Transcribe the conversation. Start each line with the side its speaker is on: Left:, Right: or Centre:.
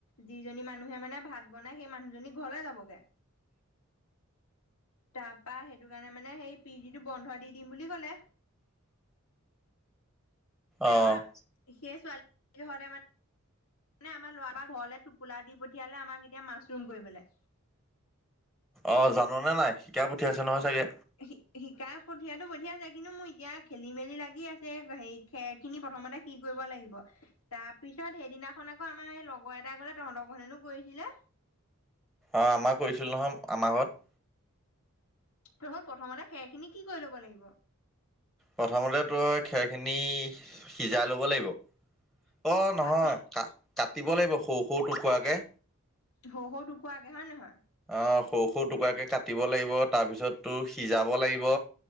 Left: যিজনী মানুহে মানে ভাত বনাই, সেই মানুহজনী ঘৰলে যাবগে। তাৰপা সেইটো কাৰণে মানে সেই পি জিটো বন্ধ দি দিম বুলি ক'লে। যাবা
Centre: অ অ
Left: সেই ছোৱালী ঘৰতে মানে মানে আমাৰ ল'ৰা পৰা ঘৰলে টোপোলা দি পঠিয়ালে, আমাক এতিয়া মাছৰুম কৰিবলে।
Centre: অ', জাননে নাই শিকাই পঠিয়াইছে নহয় চাগে?
Left: শি-শিকাই‌ পঠিয়াতো পঠিয়াইছে, কিন্তু মোৰ এতিয়া খেলি-মেলি লাগি আছে হে, খেৰ খিনি প্ৰথমতে কি কৰিব লাগিব? তাৰ পিছত সেইদিনাখন আকৌ আমাৰ এই লগৰ এটাই ক'লে, তহত ঘৰত হেনো কৰিছিলে।
Centre: অঁ, আমাৰ কৰিছিলোঁ নহয় আমাৰ ঘৰত।
Left: <unintelligible> প্ৰথমতে খেৰ খিনি কি কৰি ল'ব লাগিব?
Centre: প্ৰথমতে তই খেৰখিনি সিজাই ল'ব লাগিব। অ' নহয়
Left: কাটি
Centre: কা-কাটিব লাগিব সৰু-সৰু টুকুৰাকে।
Left: সৰু-সৰু টুকুৰাকে হয় নে নহয়?
Centre: অঁ, সৰু-সৰু টুকৰাকে কাটিব লাগিব, তাৰপিছত তোৰ সিজাব লাগিব।